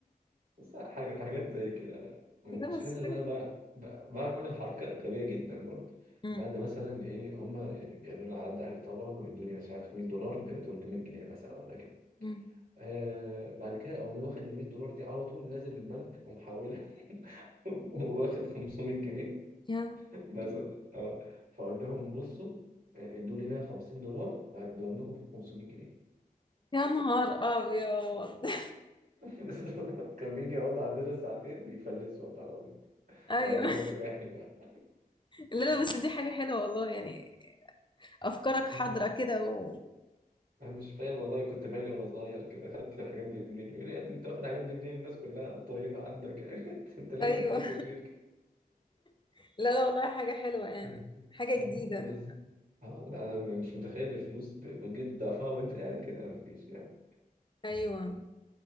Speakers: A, on the right; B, on the left.
A: بس حاجة حاجات زي كده بقى المشكلة
B: <laughs> ده بس
A: إن
B: حاجة
A: أنا
B: حلوة.
A: بقى بقى- بعمل حركة غبية جدا برضه
B: مم.
A: بعد مثلا إيه هما يعني بيقولوا لنا عدى عليه طبعا ويدوني مش عارف 100 دولار ب 300 جنيه مثلا ولا كده
B: مم.
A: آه بعد كده أقوم واخد ال 100 دولار دي على طول نازل البنك ومحولها <laughs> واخد 500 جنيه
B: يا
A: مثلا اه فاقول لهم بصوا ادوا لي 150 دولار وهديهم لكم ب 500 جنيه
B: يا نهار ابيض
A: <laughs>
B: <laughs>
A: بالظبط. كان بيجي يقعد عندنا ساعتين بيفلس والله العظيم
B: ايوه
A: يا ربنا سامحني بقى
B: لا لا بس دي حاجة حلوة والله يعني افكارك
A: <laughs>
B: حاضرة كده و...
A: انا مش فاهم والله كنت مالي وانا صغير كده خدت الحاجات دي منين يقول لي يا ابني انت واخد الحاجات دي منين الناس كلها طيبة عندك يعني <laughs> انت أنت ليه
B: ايوه
A: انت ليه شرير كده
B: <laughs> لا لا والله حاجة حلوة يعني
A: <laughs>
B: حاجة
A: آه،
B: جديدة
A: بس اه انا مش متخيل الفلوس ب- بتجيب ضعفها وانت قاعد كده مفيش يعني
B: ايوه